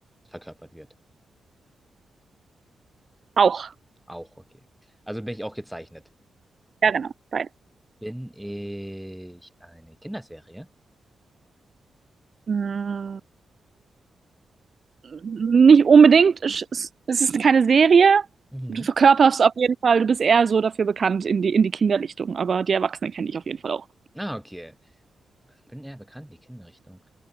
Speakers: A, in the centre; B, on the right (about 40°).
A: verkörpert wird?
B: Auch.
A: Auch okay. Also bin ich auch gezeichnet.
B: Ja, genau. Beide.
A: Bin ich eine Kinderserie?
B: Mm. Nicht unbedingt. Es es ist keine Serie.
A: Mhm.
B: Du verkörperst auf jeden Fall, du bist eher so dafür bekannt in die, in die Kinderrichtung, aber die Erwachsenen kenne ich auf jeden Fall auch.
A: Ah, okay. Bin eher bekannt, die Kinderrichtung.